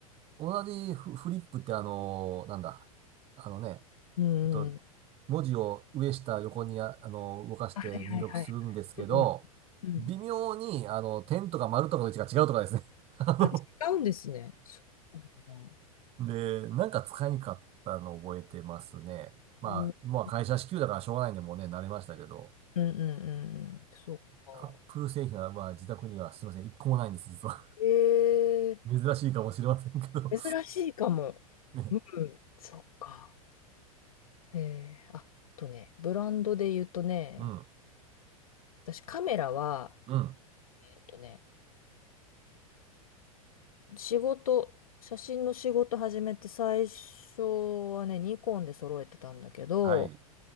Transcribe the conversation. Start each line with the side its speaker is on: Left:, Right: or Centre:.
Right: 同じフフリップってあの、なんだ、あのね、
Left: うんうん。
Right: えっと、文字を上下横にあ、あの、動かして入力するんですけど、
Left: あはいはいはい。うんうん。
Right: 微妙に、あの、点とか丸とかの位置が違うとかですね。<laughs> あ
Left: あ、使うんですね。そうなんだ。
Right: ので、なんか使いにくかったのを覚えてますね。まあ、
Left: うんうん
Right: まあ会社支給だからしょうがないんで、もうね、慣れましたけど。
Left: うんうん。そうか。
Right: アップル製品は、まあ自宅にはすいません、一個もないんです、実は。
Left: ええ
Right: <laughs> 珍しいかもしれませんけど。
Left: 珍しいかも。
Right: <laughs> ね。
Left: うん、そっか。ええあとね、ブランドで言うとね、
Right: うん、
Left: 私カメラは、
Right: うん、
Left: えっとね、仕事、写真の仕事始めて最初はね、ニコンで揃えてたんだけど、
Right: はい。